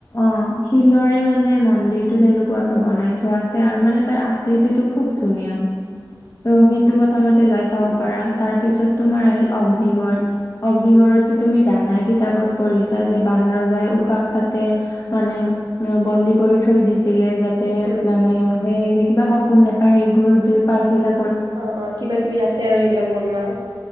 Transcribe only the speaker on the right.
উম
অ অ কিবা কিবি আছে আৰু এইবিলাক বনোৱা।